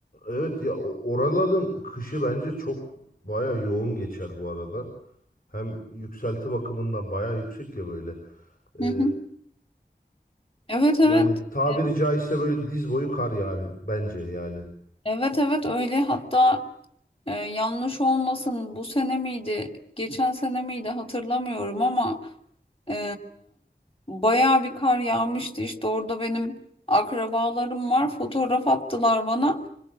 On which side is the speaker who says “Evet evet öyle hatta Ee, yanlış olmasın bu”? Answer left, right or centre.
Left